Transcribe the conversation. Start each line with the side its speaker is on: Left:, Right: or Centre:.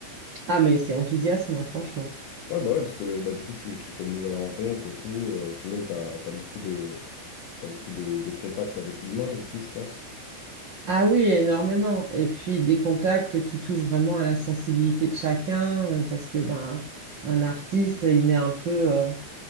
Right: Ah, mais c'est enthousiasmant, franchement.
Left: Ouais, bah ouais, parce que bah, du coup, tu, tu fais de nouvelles rencontres et tout, euh, puis même, t'as t'as beaucoup de, t'as beaucoup de, de contacts avec l'humain, du coup, je pense.
Right: Ah oui, énormément. Et puis des contacts qui touchent vraiment à la sensibilité de chacun, euh, parce que ben un artiste, il met un peu, euh,